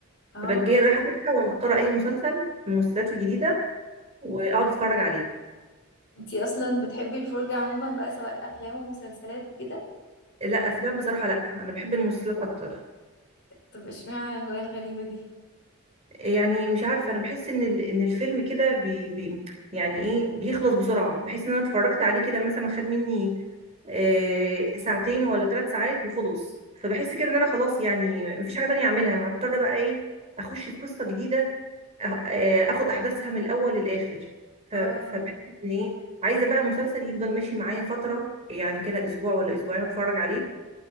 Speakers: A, on the left; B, on the right.
A: اه
B: فبجي رايحه فاتحه ومختاره اي مسلسل من المسلسلات الجديده واقعد اتفرج عليه
A: انتي اصلا بتحبي الفرجه عموما بقى سواء افلام ومسلسلات وكده
B: لا افلام بصراحه لا انا بحب المسلسلات اكتر
A: طب اشمعنى الهوايه الغريبه دي
B: يعني مش عارفه انا بحس ان ال- ان الفيلم كده بي بي يعني ايه بيخلص بسرعه بحس ان انا اتفرجت عليه كده مثلا خد مني آه ساعتين ولا ثلاث ساعات وخلص فبحس كده ان انا خلاص يعني مفيش حاجه تانية اعملها هضطر بقى ايه اخش في قصه جديده أه- آه، اخد احداثها من الاول للاخر ف-
A: اه
B: فبحس ان ايه عايزه بقى مسلسل يفضل ماشي معايا فتره يعني كده اسبوع ولا اسبوعين اتفرج عليه